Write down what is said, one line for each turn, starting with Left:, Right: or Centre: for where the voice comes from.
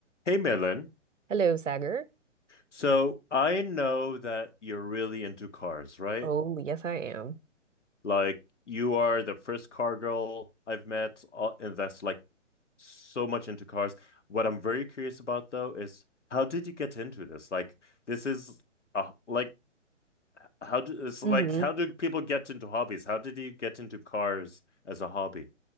Left: Hey, Milan.
Right: Hello, Sagar.
Left: So I know that you're really into cars, right?
Right: Oh, yes, I am.
Left: Like you are the first car girl I've met, uh, and that's like so much into cars. What I'm very curious about though is how did you get into this? Like this is uh, like how do it's
Right: hmm
Left: like how do people get into hobbies? How did you get into cars as a hobby?